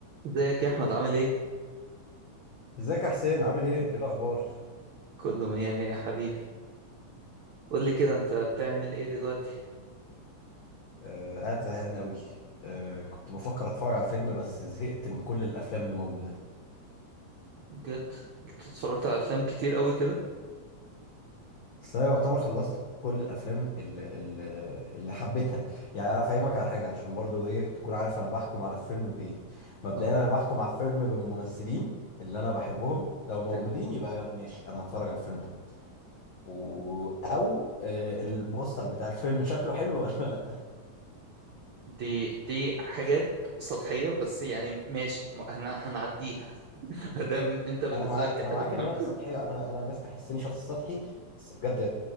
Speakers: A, on the right; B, on the left.
A: ازيك يا احمد عامل ايه
B: ازيك يا حسين عامل ايه؟ ايه الأخبار؟
A: كله مية مية يا حبيبي قول لي كده انت بتعمل ايه دلوقتي
B: آه قاعد زهقان قوي آه كنت بفكر أتفرج على فيلم بس زهقت من كل الأفلام اللي موجودة
A: بجد انت اتفرجت على افلام كتير قوي كده
B: بس أنا يعتبر خلصت كل الأفلام اللي, اللي, اللي حبيتها يعني أنا فاهمك على حاجة عشان برضو ايه تكون عارف أنا بحكم على الفيلم بإيه مبدئيا
A: اه
B: أنا بحكم على الفيلم بالممثلين اللي أنا بحبهم لو موجودين
A: تمام
B: يبقى ماشي أنا هتفرج على الفيلم ده و... أو آه البوستر بتاع الفيلم <laughs> شكله حلو ولا لأ
A: دي دي حاجات سطحية بس يعني ماشي م- هن- هنعديها <laughs> ما دام انت بالنسبة
B: انا معاك
A: لك دي
B: انا
A: حاجة
B: معاك
A: مهمة
B: ان هي سطحيه انا انا الناس تحسني شخص سطحي بس بجد